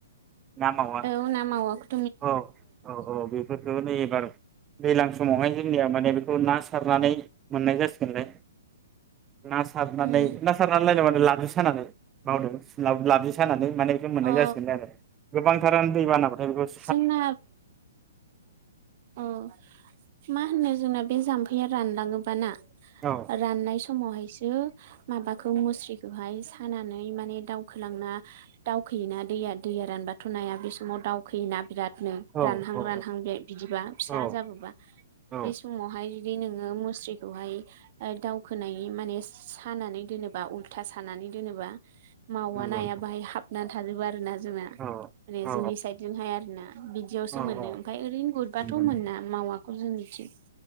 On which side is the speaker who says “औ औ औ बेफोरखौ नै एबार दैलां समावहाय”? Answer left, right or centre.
Right